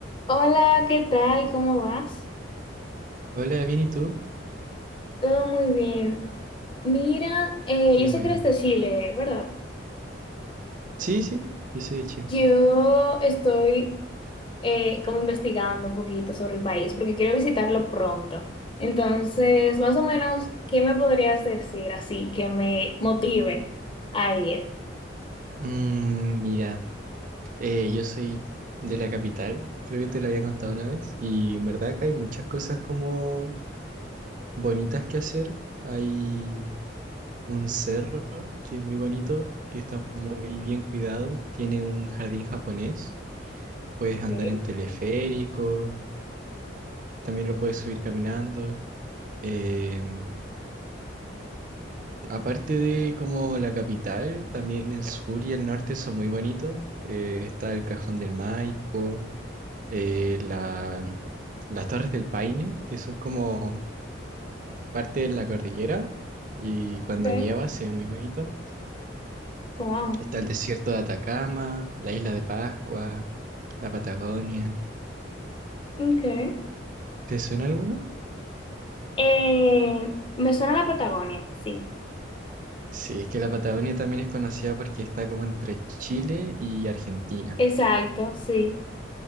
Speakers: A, on the left; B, on the right.
A: Hola, ¿qué tal? ¿Cómo vas?
B: Hola, bien, ¿y tú?
A: Todo muy bien. Mira, eh,
B: Qué
A: yo
B: bueno.
A: sé que eres de Chile, ¿verdad?
B: Sí, sí, yo soy de Chile.
A: Yo estoy eh, como investigando un poquito sobre el país porque quiero visitarlo pronto. Entonces, más o menos, ¿qué me podrías decir así que me motive a ir?
B: Mm, mira, eh, yo soy de la capital, creo que te lo había contado una vez, y en verdad que hay muchas cosas como bonitas que hacer. Hay un cerro que es muy bonito, que está muy bien cuidado, tiene un jardín japonés, puedes andar
A: Ok.
B: en teleférico, también lo puedes subir caminando. em, Aparte de como la capital, también el sur y el norte son muy bonitos. Eh, está el Cajón del Maipo, eh, la- las Torres del Paine, que son como parte de la cordillera, y cuando
A: Sí,
B: nieva se ve muy bonito.
A: wow.
B: Está el desierto de Atacama, la isla de Pascua, la Patagonia.
A: Okay.
B: ¿Te suena alguno?
A: Eh, me suena la Patagonia, sí.
B: Sí, es que la Patagonia también es conocida porque está como entre Chile y Argentina.
A: Exacto, sí,